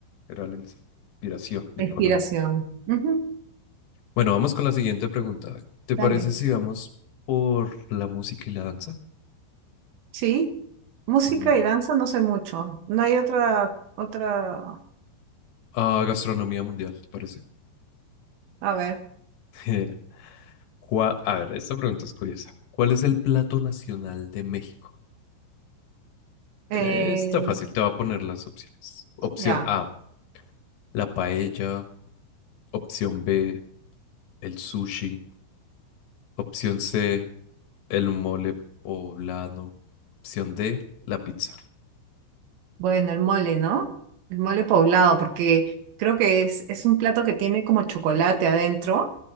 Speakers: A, on the left (about 70°); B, on the right (about 80°).
A: era la inspiración de
B: La
A: Pablo
B: inspiración.
A: Neruda.
B: Ujú,
A: Bueno, vamos con la siguiente pregunta. ¿Te parece
B: Dale.
A: si vamos por la música y la danza?
B: Sí, música
A: Mm,
B: y danza no sé mucho. No hay otra, otra,
A: a gastronomía mundial, ¿te parece? <laughs>
B: a ver.
A: Eh, cua- a ver, esta pregunta es curiosa. ¿Cuál es el plato nacional de México?
B: eh,
A: Eh, Está fácil, te voy a poner las opciones. Opción
B: ya.
A: A, la paella. Opción B, el sushi. Opción C, el mole poblano. Opción D, la pizza.
B: Bueno, el mole, ¿no? El mole poblado, porque creo que es, es un plato que tiene como chocolate adentro,